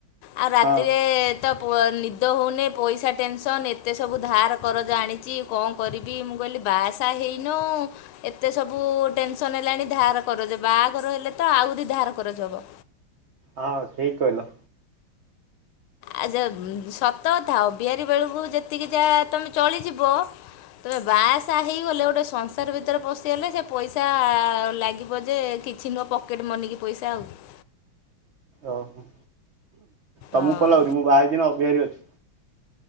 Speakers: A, on the left (about 85°); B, on the right (about 80°).
A: ଆଉ ରାତିରେ
B: ହଁ
A: ତ ନିଦ ହଉନି ପଇସା ଟେନସନ। ଏତେ ସବୁ ଧାର କରଜ ଆଣିଛି। କଣ କରିବି? ମୁଁ କହିଲି ବାହାସାହା ହେଇନୁ ଏତେ ସବୁ ଟେନସନ ହେଲାଣି ଧାର କରଜ। ବାହାଘର ହେଲେ ତ ଆହୁରି ଧାର କରଜ ହବ।
B: ହଁ ଠିକ କହିଲ।
A: ଆ ଯୋ ସତ କଥା, ଅବିହାରି ବେଳକୁ ଯେତିକି ଯାହା ତମେ ଚଳିଯିବ। ତେବେ ବାହାସାହା ହେଇଗଲେ, ଗୋଟେ ସଂସାର ଭିତରେ ପଶିଗଲେ, ସେ ପଇସା ଲାଗିବ ଯେ ଛି ମୋ ପକେଟ୍ ମନିକି ପଇସା ହଉନି।
B: ଓହୋ। ତମକୁ
A: ହଁ।
B: କଣ ଲାଗୁଛି ମୁଁ ବାହା ହେଇଥିବୀ ନା ଅବିହାରି ଅଛି?